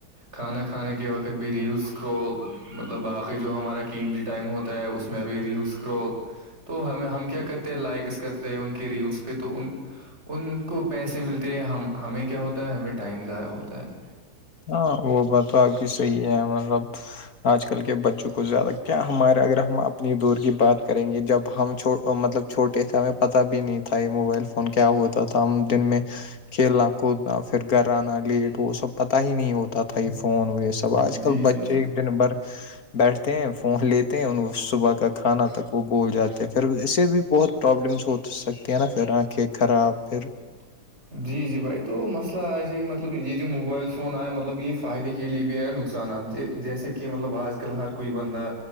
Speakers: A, on the right (about 40°); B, on the left (about 65°).
A: کھانا کھانے کے وقت بھی ریلس کرول مطلب باقی جو ہمارا ٹائم ہوتا ہے اس میں بھی ریلس کرو تو ہم ہم کیا کرتے ہیں لائک کرتے ہیں ان کے ریلس پہ تو ان ان کو پیسے ملتے ہیں ہم ہمیں کیا ہوتا ہے ہمیں ٹائم ضائع ہوتا ہے
B: ہاں وہ بات تو آپ کی صحیح ہے مطلب آج کل کے بچوں کو زیادہ کیا ہمارے اگر ہم اپنی دور کی بات کریں گے جب ہم چھ مطلب چھٹے سے ہمیں پتا بھی نہیں تھا یہ موبائل فون کیا ہوتا تھا ہم دن میں کل ہ کود فھر گھران لیٹ وہ سب پتا ہی نہیں ہوتا تھا یہ فون یہ سب
A: ہے
B: آج
A: جی
B: کل
A: جی
B: بچے
A: جی
B: دن بھر بیٹھتے ہیں فون لیتے ہیں ان صبح کا کھانا تک وہ بول جاتے ہیں پھر اس سے بھی بہت پرابلمس ہو سکتی ہیں نا پھر آنکھیں خراب پھر
A: <unintelligible> جی جی بھائی تو مسئلہ آ جائے کہ مطلب یہ جو موبائل فون آیا ہے مطلب یہ فائدے کے لیے بھی آیا نقصانات یہ جیسے کہ مطلب آج کل ہر کوئی بندہ